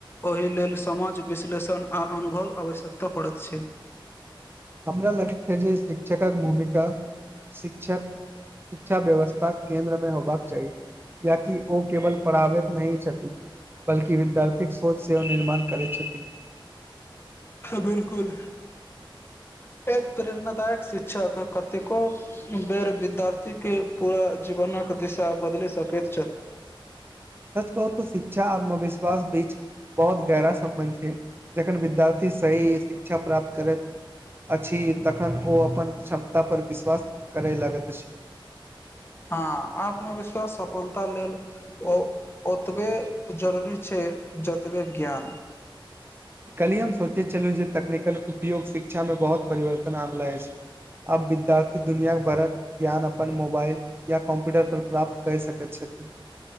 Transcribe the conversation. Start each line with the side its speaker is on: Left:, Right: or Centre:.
Left: ओहि लेल समझ, विश्लेषण आ अनुभवक आवश्यकता पड़ैत छै।
Right: हमरा लगैत छै जे शिक्षकक भूमिका शिक्षक शिक्षा व्यवस्थाक केन्द्रमे होबाक चाही। किएक तँ ओ केवल पढ़बैत नहि छथि। बल्कि विद्यार्थीक सोच सेहो निर्माण करैत छथि।
Left: बिलकुल एक प्रेरणादायक शिक्षक कतेको बेर विद्यार्थीक पूरा जीवन दिशा बदल सकेत
Right: सच कहू तऽ शिक्षा आत्मविश्वास बीच बहुत गहिर सम्बन्ध छै, जखन विद्यार्थी सही शिक्षा प्राप्त करैत अछि, तखन ओ अपन क्षमता पर विश्वास करय लगैत अछि।
Left: हाँ आत्मविश्वास सफलता लेल ओ ओतबे जरूरी छै जतबे ज्ञान।
Right: काल्हि हम सोचैत छलहुँ जे तकनीकी उपयोग शिक्षामे बहुत परिवर्तन अनल अछि। आब विद्यार्थी दुनियाभरक ज्ञान अपन मोबाइल या कम्प्यूटर पर प्राप्त कऽ सकैत छथि। <inaudible>